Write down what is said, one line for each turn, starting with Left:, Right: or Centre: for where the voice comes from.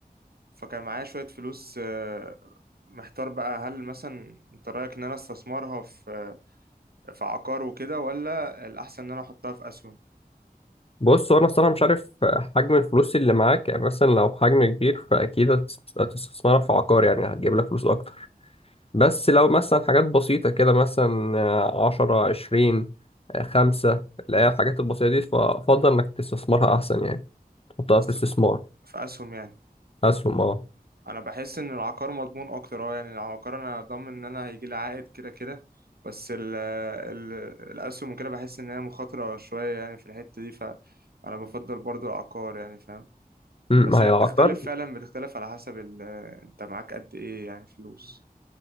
Right: فكان معايا شوية فلوس آه، محتار بقى هل مثلا أنت رأيك إن أنا استثمرها في في عقار وكده ولا الأحسن إن أنا أحطها في أسهم
Left: بص هو انا الصراحه مش عارف حجم الفلوس اللي معاك يعني مثلا لو حجم كبير فاكيد هتس- هتستثمرها في عقار يعني هتجيب لك فلوس اكتر بس لو مثلا حاجات بسيطه كده مثلا آه، عشرة عشرين آه، خمسة اللي هي الحاجات البسيطه دي فافضل انك تستثمرها احسن يعني تحطها
Right: أست-
Left: في استثمار
Right: في أسهم يعني
Left: اسهم اه
Right: انا بحس ان العقار مضمون اكتر اه يعني العقار انا ضامن ان انا هيجي لي عائد كده كده بس ال ال الاسهم وكده بحس ان هي مخاطره شويه يعني في الحته دي فانا بفضل برضو العقار يعني فاهم
Left: أمم،
Right: بس
Left: ما
Right: هي
Left: هي العقار
Right: بتختلف فعلا بتختلف على حسب ال انت معاك قد ايه يعني فلوس